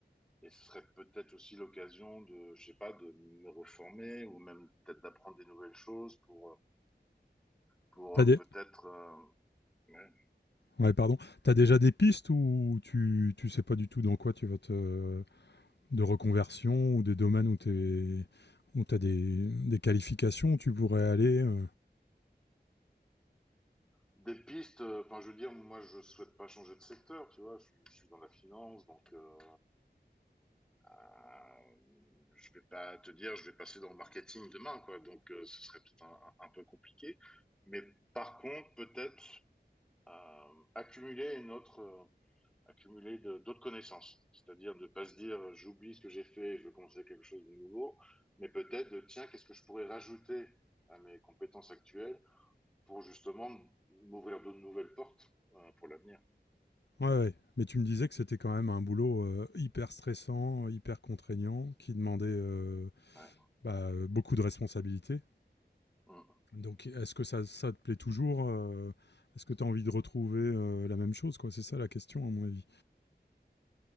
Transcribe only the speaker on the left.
T'as
des...
Ouais, pardon. T'as déjà des pistes ou tu, tu sais pas du tout dans quoi tu vas te... de reconversion ou des domaines où t'es... où t'as des... des qualifications où tu pourrais aller euh.
Ouais, ouais. Mais tu me disais que c'était quand même un boulot euh, hyper stressant, hyper contraignant, qui demandait euh,
bah, beaucoup de responsabilités.
Donc, est-ce que ça, ça te plaît toujours euh, Est-ce que tu as envie de retrouver euh, la même chose quoi C'est ça la question, à mon avis.